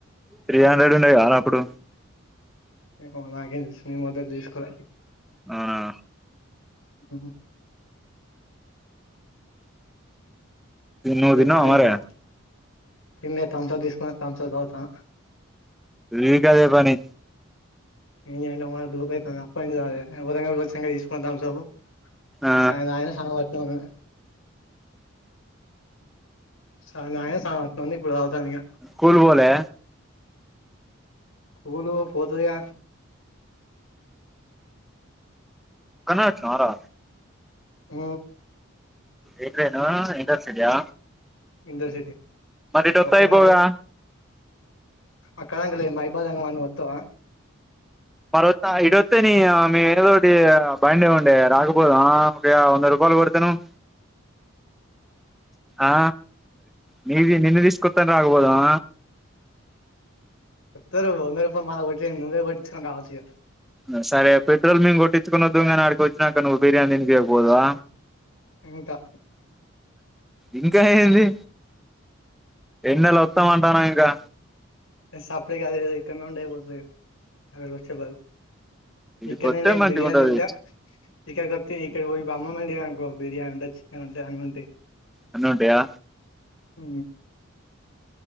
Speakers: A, in the centre; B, on the left.
A: త్రీ హండ్రెడ్ ఉండేది గాన్నా అప్పుడు?
B: ఏమో మరి, నాకేం దెలుసు నేన్ మాదర్ దీసుకోలె.
A: అవునా
B: ఉహు
A: నువ్వు తిన్నావా
B: ఏక్ తమింగవా
A: మరి
B: ఏం లేద్ థమ్స్ అప్ దీసుకొన్న, థమ్స్ అప్ దాకుతాన్న.
A: వీక్ అదే పని
B: ఎందుకంటే మాకు దూపయితాంది. అప్పటికీ తాగలే. ఎవ్వరైనా బోల్సింగ జేసుకొండి తంబ్సపు.
A: ఆ
B: సాయి దాగిన, సగం అట్లనే ఉన్నది. సగం దాగిన, సగం అట్లనె ఉంది, ఇప్పుడు దాగుతాన్న ఇగ.
A: కూల్ బోలే?
B: కూలూ పోతదిగా
A: ఒక్కనివే అచ్చినవారా?
B: ఊ
A: ఏ ట్రేనూ? ఇంటర్ సిటా?
B: ఇంటర్ సిటి
A: ఇటొత్తే
B: ఒక్కని
A: అయిపోవుగా
B: గాకపోతె అక్కడా అంగడి లేదు. మైబాదు అంగడన్న నువ్ వొత్తవా?
A: మరొత్తా ఇటొత్తే నీ యా మే ఏదోటీ బండి ఉండే రాకపోదుమా? దే వంద రూపాలు గొడితె నువ్ ఆ నీది నిన్ను దీసుకొత్తెనె రాకబోదుమా?
B: ఒత్తరూ వంద రూపాయల మాలా గొట్టుడేంది నువ్వే గొట్టిచ్చుకొని రావచ్చు ఇగ.
A: ఆ సరే, పెట్రోల్ మేం గొట్టిచ్చుకొని ఒద్దుము గని ఆడికి ఒచ్చినాక, నువు బిర్యాని దినిపియ్యక పోదువా?
B: ఇంతా
A: ఇంకా ఏంది? ఎన్నల ఒత్తాం అంటానం ఇంకా.
B: గ సప్పుడేక అదేదో ఇక్కన్నే ఉంటే అయిపోతది గద, అక్కడికి ఒచ్చే బదులు.
A: ఈడికి
B: ఇక్కన్నే
A: వస్తే
B: నేన్
A: మంచిగా
B: బిర్యాని
A: ఉంటది
B: దింటా. ఇక్కడ కొత్తే ఇటెవ్వరికి బమ్మళ్ ఉండి అనుకో బిర్యాని ఉండచ్చు. చికెన్ ఉంటది. అన్ని ఉంటయి.
A: అన్ని ఉంటయా?
B: ఊ